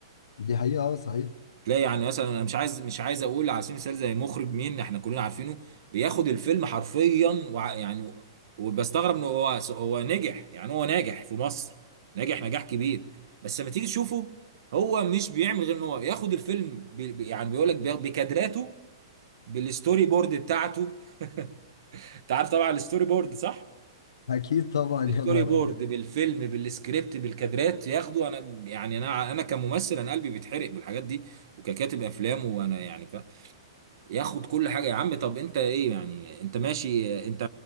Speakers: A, on the left; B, on the right.
A: دي حقيقة اه صحيح
B: تلاقي يعني مثلا انا مش عايز مش عايز اقول على سبيل المثال زي مخرج مين احنا كلنا عارفينه بياخد الفيلم حرفيا وع- يعني وبستغرب انه هو هو نجح يعني هو ناجح في مصر ناجح نجاح كبير بس لما تيجي تشوفه هو مش بيعمل غير ان هو ياخد الفيلم ب... ب- يعني بيقول لك بكادراته بالستوري بورد بتاعته <laughs> انت عارف طبعا الستوري بورد صح
A: اكيد طبعا
B: بالستوري
A: <laughs> يا نهار
B: بورد
A: ابيض
B: بالفيلم بالسكريبت بالكادرات ياخدوا انا يعني انا انا كممثل انا قلبي بيتحرق بالحاجات دي وككاتب افلام وانا يعني ف... ياخد كل حاجه يا عم طب انت ايه يعني انت ماشي انت